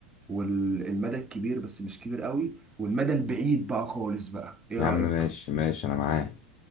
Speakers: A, on the right; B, on the left.
A: والمدى الكبير بس مش كبير قوي والمدى البعيد بقى خالص بقى إيه
B: يا
A: رأيك؟
B: عم ماشي ماشي انا معاه